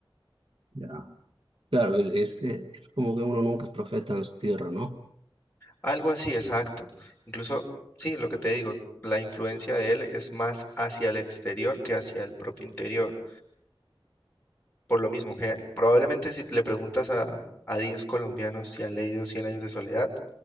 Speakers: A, on the right; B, on the left.
A: Ya. Claro, es, es como que uno nunca es profeta en su tierra, ¿no?
B: Algo así, exacto. Incluso, sí, lo que te digo, la influencia de él es más hacia el exterior que hacia el propio interior. Por lo mismo, que probablemente si le preguntas a, a 10 colombianos si han leído Cien años de soledad,